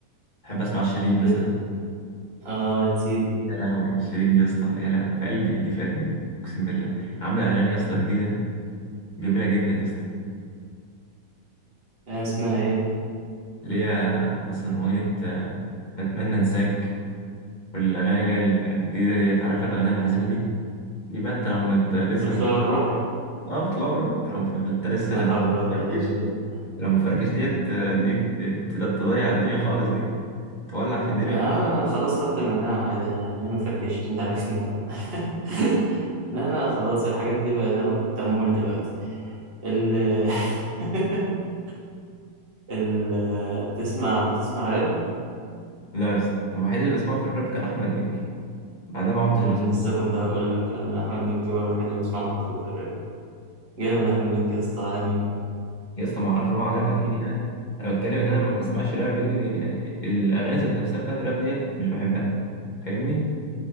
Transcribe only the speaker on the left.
بحب اسمع شيرين مثلا
يا لهوي شيرين دي يا اسطى يا لهوي في قلبي دي في قلبي دي اقسم بالله عامله اغاني يا اسطى جديده جميله جدا يا اسطى
اللي هي مثلا اغنيه آه، بتمنى انساك والاغاني اللي هي الجديده ديت عارف الاغاني الحزينه دي دي بقى انت لو ما انت
لسه
مفركش
اه بتطلع روح انت لو مف- انت لسه
لا
انت مفركش
لو مفركش ديت آه، دي ت- تد- تضيع الدنيا خالص دي تولع في الدنيا
خالص
لا يا اسطى الوحيد اللي بسمعه في الراب كان احمد مكي بعدها ما عدتش
بسمع
يا اسطى ما اعرف ان هو عالمي اكيد يعني انا بتكلم ان انا ما بسمعش راب لان يعني الاغاني ذات نفسها بتاعت الراب ديت مش بحبها فاهمني